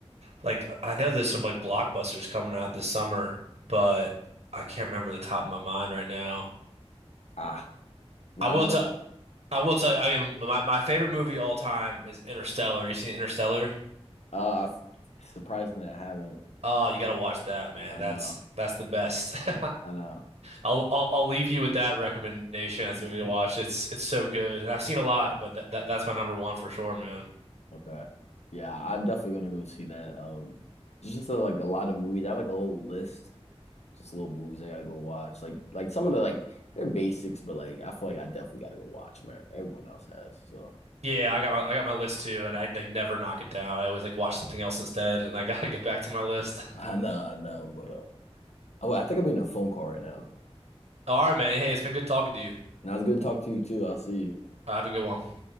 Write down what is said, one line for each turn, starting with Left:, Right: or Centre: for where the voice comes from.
Right: like I know there's some like blockbusters coming out this summer, but I can't remember the top of my mind right now.
Left: ah, nah,
Right: I will
Left: I know.
Right: tell. I will tell you. I mean, my my favorite movie all time is Interstellar. You seen Interstellar?
Left: Uh, I've, surprisingly, I haven't.
Right: Oh, you gotta watch that, man.
Left: I
Right: That's
Left: know,
Right: that's the best. <laughs>
Left: I know.
Right: I'll, I'll I'll leave you with that recommendation as
Left: <laughs>
Right: a movie to watch. It's it's so good, and I've seen a lot, but that, that that's my number one for sure, man.
Left: Okay. Yeah, I'm definitely gonna go see that. Um, there's just uh, like a lot of movies. I have like a whole list, just little movies I gotta go watch. Like like some of the like they're basics, but like I feel like I definitely gotta go watch, man. Everyone else has, so
Right: Yeah, I got my I got my list too, and I like never knock it down. I always like watch something else instead, and I gotta get back to my list.
Left: <laughs> I know, I know. But uh, oh, I think I'm getting a phone call right now.
Right: <laughs> All right, man. Hey, it's been good talking to you.
Left: Now it's good to talk to you too. I'll see you.
Right: Uh, have a good one.